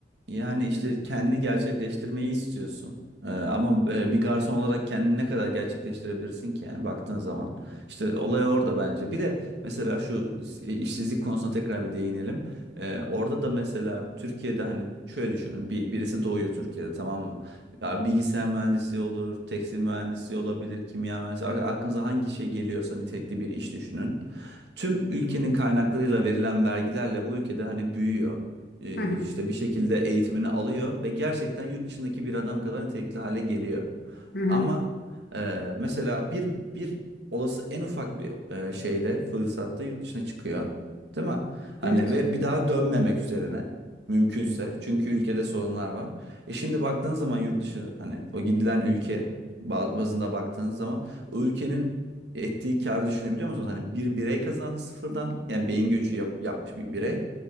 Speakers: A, on the right; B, on the left.
A: yani işte kendini gerçekleştirmeyi istiyorsun. Ee, ama e, bir garson olarak kendini ne kadar gerçekleştirebilirsin ki yani baktığın zaman. İşte olay orada bence. Bir de mesela şu e, işsizlik konusuna tekrar bir değinelim. Ee, orada da mesela Türkiye'de hani şöyle düşünün. Bir, birisi doğuyor Türkiye'de tamam mı? Ya bilgisayar mühendisliği olur, tekstil mühendisliği olabilir, kimya mühendisliği. Ar- Aklınıza hangi şey geliyorsa nitelikli bir iş düşünün. Tüm ülkenin kaynaklarıyla verilen vergilerle bu ülkede hani büyüyor e,
B: Hı hı,
A: işte bir şekilde eğitimini alıyor ve gerçekten yurt dışındaki bir adam kadar nitelikli hale geliyor.
B: hı hı,
A: Ama e, mesela bir bir olası en ufak bir e, şeyde fırsatta yurt dışına çıkıyor. Değil mi? Hani
B: evet.
A: ve bir daha dönmemek üzerine mümkünse. Çünkü ülkede sorunlar var. E şimdi baktığın zaman yurt dışı hani o gidilen ülke ba- bazında baktığın zaman o ülkenin ettiği karı düşünebiliyor musunuz? Hani bir birey kazandı sıfırdan. Yani beyin göçü yap- yapmış bir birey.